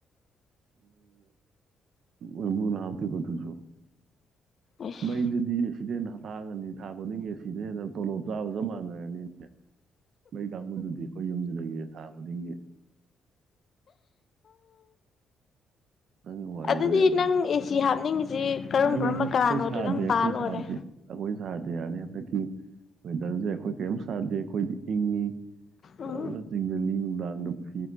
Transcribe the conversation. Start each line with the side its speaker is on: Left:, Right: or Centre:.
Right: ꯃꯕꯨꯅꯥꯎꯇ ꯀꯊꯨ ꯆ
Left: ꯑꯁ
Right: ꯃꯩꯗꯨꯗꯤꯁ ꯁꯤꯗ ꯍꯦꯟꯅ ꯊꯥꯡꯉꯅꯤ ꯊꯥ ꯈꯨꯗꯤꯡꯒꯤ ꯑꯁꯤꯗ ꯍꯦꯟꯅ ꯇꯣꯂꯣꯞ ꯆꯥꯕ ꯆꯞ ꯃꯥꯟꯅꯔꯅꯤꯅꯦ ꯃꯩ ꯀꯥꯡꯕꯨꯗꯨꯗꯤ ꯑꯩꯈꯣꯏ ꯌꯨꯝꯁꯤꯗꯒꯤꯦ ꯊꯥ ꯈꯨꯗꯤꯡꯒꯤ ꯅꯪꯒꯤ ꯋꯥꯔꯤꯗꯣ
Left: ꯑꯗꯨꯗꯤ
Right: ꯌꯥꯔꯣꯏ
Left: ꯅꯪ ꯑꯦꯁꯤ ꯍꯥꯞꯅꯤꯡꯉꯤꯁꯤ ꯀꯔꯝ
Right: ꯌꯥꯅꯤ
Left: ꯀꯔꯝꯕ
Right: ꯌꯥꯅꯤ
Left: ꯀꯥꯅꯣꯗꯣ
Right: ꯑꯩꯈꯣꯏ ꯁꯥꯗꯦ
Left: ꯅꯪ
Right: ꯑꯩꯈꯣꯏ
Left: ꯄꯥ ꯂꯣꯏꯔꯦ
Right: ꯁꯥꯗꯦ ꯑꯩꯈꯣꯏ ꯁꯥꯗꯦ ꯌꯥꯅꯤꯦ ꯍꯟꯗꯛꯀꯤ ꯋꯦꯗꯔꯁꯦ ꯑꯩꯈꯣꯏ ꯀꯔꯤꯝ ꯁꯥꯗꯦ ꯑꯩꯈꯣꯏꯗꯤ ꯏꯪꯉꯤ
Left: ꯎꯝ
Right: ꯆꯁꯤꯡꯒꯜꯂꯤ ꯗꯥꯡꯒꯗꯄ